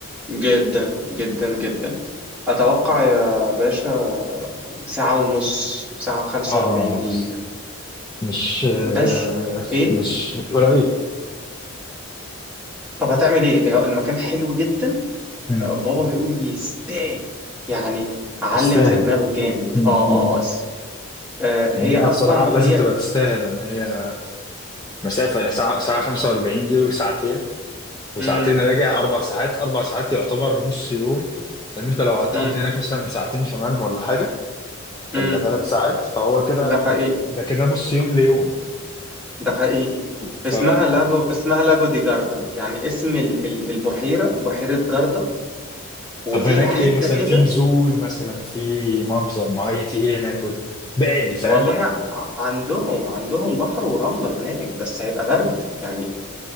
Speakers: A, in the centre; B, on the left.
A: جدا جدا جدا أتوقع يا باشا ساعة ونص ساعة وخمسة
B: اه
A: وأربعين دقيقة
B: مش آه،
A: بس إيه
B: مش مش قليل
A: طب هتعمل إيه هو المكان حلو جدا
B: مم.
A: آه، بابا بيقول يستاهل يعني علم
B: يستاهل
A: في دماغه جامد
B: مم.
A: آه
B: مم.
A: آه آه آه، هي
B: لان هي
A: أصلا
B: بصراحة لازم
A: هي
B: تبقى تستاهل لان هي مسافة يعني ساعة ساعة 45 دي وساعتين وساعتين
A: مم
B: راجع اربع ساعات اربع ساعات يعتبر نص يوم لان انت لو هتقضي
A: مم
B: هناك مثلا ساعتين كمان ولا حاجة
A: مم
B: ولا ثلاث ساعات فهو كده
A: ده حقيقي
B: ده كده نص يوم ليوم
A: ده حقيقي
B: ف
A: اسمها لاجو اسمها لاجو دي جاردا يعني اسم ال- ال- البحيرة بحيرة جاردا وفيها
B: طب هناك
A: حتة
B: ايه مثلا
A: كده
B: في نزول مثلا في منظر معين في ايه هناك قول بعلي فاهم
A: والله ع- عندهم عندهم بحر ورملة هناك بس هيبقى برد يعني